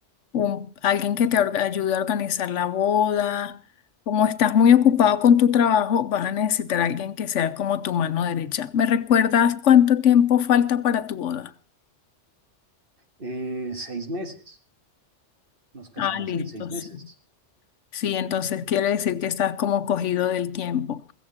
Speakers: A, on the left; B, on the right.
A: un- alguien que te orga- ayude a organizar la boda. Como estás muy ocupado con tu trabajo, vas a necesitar a alguien que sea como tu mano derecha. ¿Me recuerdas cuánto tiempo falta para tu boda?
B: Eh, seis meses, nos casamos
A: Ah, listo,
B: en seis
A: sí.
B: meses.
A: Sí, entonces quiere decir que estás como cogido del tiempo.